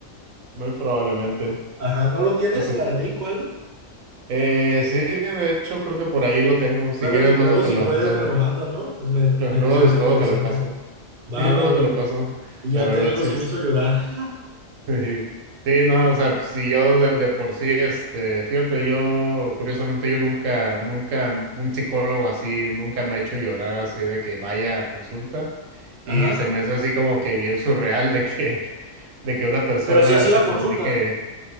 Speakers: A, on the right (about 85°); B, on the right (about 50°).
A: Muy probablemente.
B: Ajá, ¿no lo tienes?
A: O sea,
B: ¿La, el link o algo?
A: eh, sí, de hecho creo que por ahí lo tengo. Si
B: Luego,
A: quieres,
B: que-
A: luego
B: luego
A: te
B: si
A: lo,
B: puedes,
A: luego,
B: me lo mandas, ¿no? Pues me,
A: luego
B: me- se hace
A: luego
B: interesante.
A: te lo paso.
B: Va,
A: Sí,
B: va,
A: luego
B: va.
A: te lo paso.
B: Y ya
A: La verdad,
B: te digo
A: sí.
B: si me hizo llorar. <laughs>
A: Sí, sí no, o sea, si yo de, de por sí, este, fíjate, yo, curiosamente, yo nunca, nunca, un psicólogo así, nunca me ha hecho llorar así de que vaya a consulta
B: Ajá.
A: y se me hace así como que bien surreal de que, de que una persona
B: Pero si has ido
A: se
B: a consultas,
A: comunique.